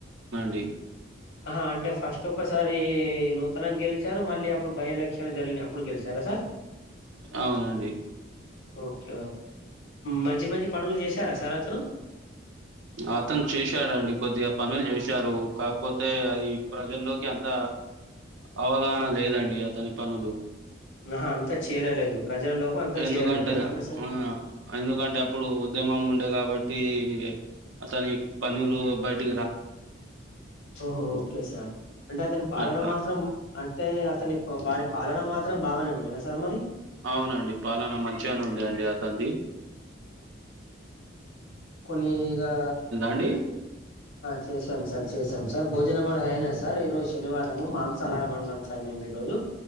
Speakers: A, on the right (about 75°); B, on the left (about 80°).
A: డి
B: ఆహా అంటే ఫస్ట్ ఒకసారి నూతనంగా గెలిచారు మళ్ళీ అప్పుడు బై ఎలక్షన్ జరిగినయ్ అప్పుడు గెలిచార సార్
A: అవునండి
B: ఓకే మంచి మంచి పనులు చేశారా సార్ అతను
A: అతను చేశాడండి కొద్దిగా పనులు చేశారు కాకపోతే అది ప్రజల్లోకి అంత అవగాహన లేదండి అతని పనులు
B: ఆహా అంతా చేరలేదు ప్రజల్లోకి అంతా
A: ఎందుకంటే
B: చేరలేదు అంతేనా సార్
A: ఆ ఎందుకంటే అప్పుడు ఉద్యమం ఉండే కాబట్టి అతని పనులు బయటి
B: ఓహో ఓకే సార్ అంటే అతని పాలన
A: అట్లా.
B: మాత్రం అంటే అతని వారి పాలన మాత్రం బాగానే ఉండేనా సార్ మరి
A: అవునండి పాలనా మంచిగానే ఉండయండి అతంది
B: కొన్నిగా
A: అండి
B: చేశాం సార్ చేసాం సార్ భోజనం అయినా సార్ ఈ రోజు శనివారము మాంసాహారం వండం సార్ మేము ఈ రోజు